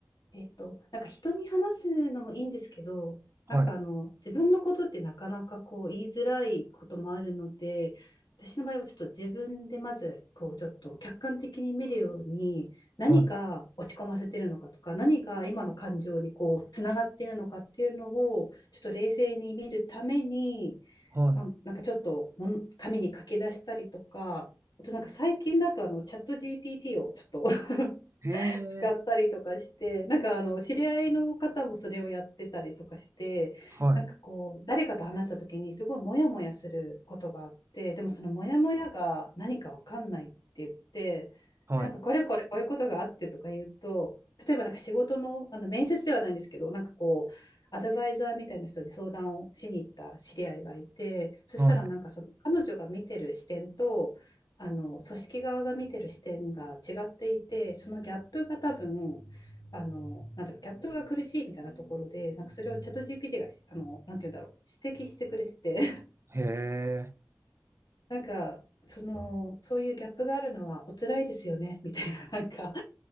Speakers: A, on the left; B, on the right.
A: えっと、なんか人に話すのもいいんですけど、
B: はい、
A: なんかあの、自分のことってなかなかこう言いづらいこともあるので、私の場合はちょっと自分でまずこうちょっと客観的に見るように何が落ち込ませてるのかとか何が今の感情にこうつながってるのかっていうのをちょっと冷静に見るために
B: はい、は
A: まあ、なんかちょっともん紙に書き出したりとか、あとなんか最近だとあのチャット GPT をちょっと
B: いへ
A: 使ったりとかして、
B: え、
A: なんかあの知り合いの方もそれをやってたりとかして、
B: はい、
A: なんかこう誰かと話した時にすごいモヤモヤすることがあって、でもそのモヤモヤが何かわかんないって言って、
B: はい、
A: でなんかこれこれこういうことがあってとか言うと、例えばなんか仕事の、あの面接ではないんですけど、なんかこうアドバイザーみたいな人に相談をしに行った知り合いがいて、そしたらなんかその彼女が見てる視点とあの組織側が見てる視点が違っていてそのギャップが多分
B: はい、
A: あのなんだろうギャップが苦しいみたいなところでなんかそれをチャット GPT があのなんて言うんだろう指摘してくれてて
B: へえ、
A: <laughs> なんかそのそういうギャップがあるのはお辛いですよねみたいななんか